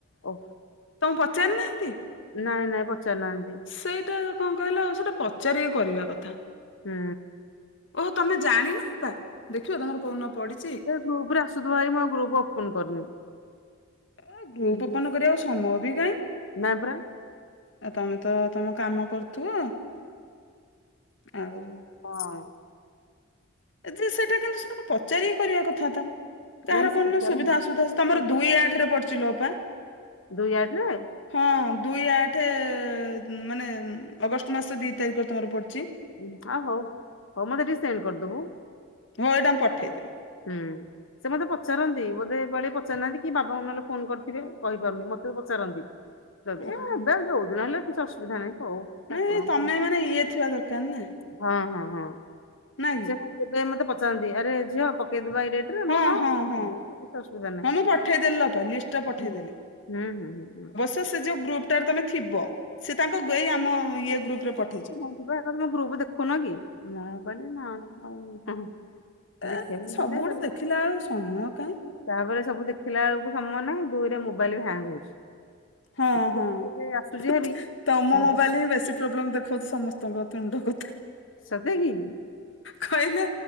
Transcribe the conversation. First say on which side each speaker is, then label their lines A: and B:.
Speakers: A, on the left; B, on the left.
A: ଓ।
B: ଆପଣଙ୍କୁ ପଚାରି ନାହାନ୍ତି।
A: ନାଇଁ ନାଇଁ ପଚାରି ନାହାନ୍ତି।
B: ସେଇଟା କଁ କହିଲ ସେଇଟା ପଚାରିକି କରିବା କଥା।
A: ହୁଁ।
B: ଓହୋ ତମେ ଜାଣିନ ଅପା ଦେଖିବ ତମର କୋଉ ନ ପଡିଛି।
A: ଗ୍ରୁପ ରେ ଆସୁ ଥିବ ହାରି ମୁଁ ଆଉ ଗ୍ରୁପ ଓପନ କରିନି।
B: ଏ ଗ୍ରୁପ
A: ହୁଁ
B: ଓପନ କରିବାକୁ ସମୟ ବି କାଇଁ।
A: ନାଇଁ ପରା
B: ଆଉ ତମେ ତ ତମ କାମ କରୁଥିବ ଆଉ।
A: ହଁ।
B: ଏଥିରେ ସେଇଟା କିନ୍ତୁ ସେମାନେ ପଚାରିକି କରିବା କଥା ତ। କାହାର
A: ନାଇଁ ସେ
B: କୋଉ
A: ପଚାରନ୍ତି
B: ଦିନ ସୁବିଧା ଅସୁବଧା ଅଛି ତମର
A: ପଚାର
B: ଦୁଇ ଆଠ ରେ ପଡୁଚିଲୋ ଅପା।
A: ଦୁଇ ଆଠ ରେ।
B: ହଁ ଦୁଇ ଆଠ ମାନେ ଅଗଷ୍ଟ ମାସ ଦି ତାରିଖରେ ତମର ପଡିଛି।
A: ଉଁ ଆ ହଉ ହଉ ମତେ ଟିକେ ସେଣ୍ଡ କରିଦବୁ।
B: ମୁଁ ଏଇଟା ମୁ ପଠେଇ ଦେବି।
A: ହୁଁ। ସେ ମୋତେ ପଚାରନ୍ତି ବୋଧେ ଏ ପାଳି ପଚାରି ନାହାନ୍ତି କି ବାବା ଙ୍କୁ ନହେଲେ ଫୋନ କରିଥିବେ କହିପାରୁନି ମୋତେ ପଚାରନ୍ତି। ଯଦି
B: ଓହୋ
A: ଏବେ ଯୋଉଦିନ ହେଲେ କିଛି ଅସୁବିଧା ନାହିଁ ହଉ। ଠାକୁରଙ୍କ
B: ନାଇଁ ତମେ ମାନେ ଇଏ ଥିବା ଦରକାର ନା।
A: ହଁ ହଁ ହଁ
B: ନା କି
A: ସିଏ ବା ସେଇଥି ପାଇଁ ମତେ ପଚାରନ୍ତି ଆରେ ଝିଅ ପକେଇଦବା ଏଇ ଡେଟ୍। ରେ
B: ହଁ
A: ମୁଁ
B: ହଁ ହଁ ହଁ
A: କରିଦଉଛି କିଛି ଅସୁବିଧା ନାହିଁ
B: ମୁଁ ପଠେଇଦେଲି ଲୋ ଅପା ଲିଷ୍ଟ ଟା ପଠେଇ
A: ହୁଁ
B: ଦେଲି।
A: ହୁଁ ହୁଁ ହୁଁ ହୁଁ।
B: ତ ସେ ଯୋଉ ଗ୍ରୁପ ଟା ରେ ତମେ ଥିବ ସେ ତାଙ୍କ ଏଇ ଆମ ଇଏ ଗ୍ରୁପ ରେ ପ
A: ସେ କୁହନ୍ତି ବା କଁ ତମେ ଗ୍ରୁପ ଦେଖୁ ନ କି ମୁଁ କିହିଲି ନା ମୁଁ ଆଉ ହୁଁ।
B: ଏ
A: ଦେଖେଇବି
B: ସବୁ
A: ବେଳେବେଳେ
B: ଗୁଡା ଦେଖିଲା ବେଳକୁ ସମୟ କାହିଁ।
A: ତାପରେ ସବୁ ଦେଖିଲା ବେଳକୁ ସମୟ ନାହିଁ ଦୁଇରେ ମୋବାଇଲ ବି ହ୍ୟାଙ୍ଗ ହଉଛି।
B: ହଁ
A: ଏତେ
B: ହଁ
A: ମେସେଜ ଆସୁଛି
B: ଥ୍
A: ହାରି
B: ଥ୍ ତମ
A: ମୋବା
B: ମୋବାଇଲ ହିଁ ବେଶୀ। ପ୍ରୋବ୍ଲେମ ଦେଖଉଚି ସମସ୍ତଙ୍କ ତୁଣ୍ଡ କଥା।
A: ସତେ କିି।
B: କହିଲେ